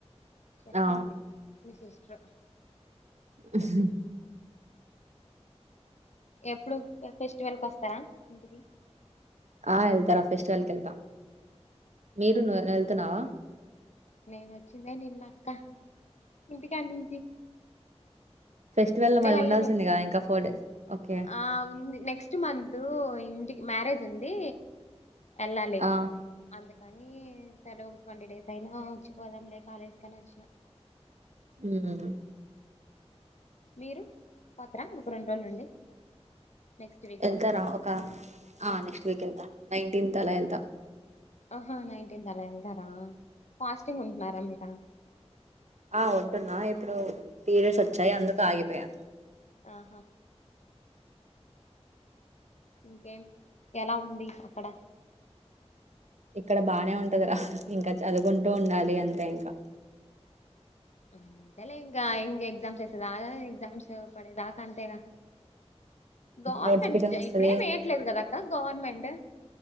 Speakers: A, on the left (about 80°); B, on the right (about 85°).
A: చెప్పింది
B: ఆ
A: మీ సిస్టర్
B: ఉహ్మ్
A: ఎప్పుడు ఇగ ఫెస్టివల్ కి వస్తారా ఇంటికి
B: ఆ వెళ్తారా ఫెస్టివల్ కెళ్తా మీరు నువ్ వెళ్తున్నావా
A: మేము వచ్చిందే నిన్న అక్క ఇంటికాడ నుంచి
B: ఫెస్టివల్
A: ఇప్పుడే
B: లో మరి
A: వెళ్ళను
B: ఉండాల్సిందిగా ఇంకా ఫోర్ డేస్ ఓకే
A: ఆ ఉంది నెక్స్ట్ మంతూ ఇంటికి మ్యారేజ్ ఉంది ఎల్లలి
B: ఆ
A: అందుకే కానీ సరే ఒక ట్వంటీ డేస్ అయినా వచ్చిపోదాంలేే కాలేజ్ కని వచ్చినా
B: ఉమ్
A: మీరు పోతారా ఒక రెండు రోజులు ఉండి నెక్స్ట్ వీక్
B: వెళ్తారా
A: పోతారా అలా
B: ఒక నెక్స్ట్ వీక్ వెళ్తా నైన్టీన్త్ అలా వెళ్తా
A: ఆహా నైన్టీన్త్ అలా వెళ్తారా ఫాస్టింగ్ ఉంటున్నారా మీర
B: ఆ ఉంటున్నా ఇప్పుడు పీరియడ్స్ వచ్చాయి అందుకు ఆగిపోయా
A: ఆహా ఇంకేం ఎలా ఉంది అక్కడ
B: ఇక్కడ బానే ఉంటంది రా ఇంకా చదువుకుంటూ ఉండాలి అంతే ఇంకా
A: అంతేలే ఇంకా ఎక్సామ్స్ వసద ఆ ఎక్సామ్స్ పడేదాకా అంతేరా గౌర్మెంట్
B: నోటిఫికేషన్ వస్తది
A: ఇప్పుడేం వేయట్లేదు కదా అక్క గౌర్నమెంట్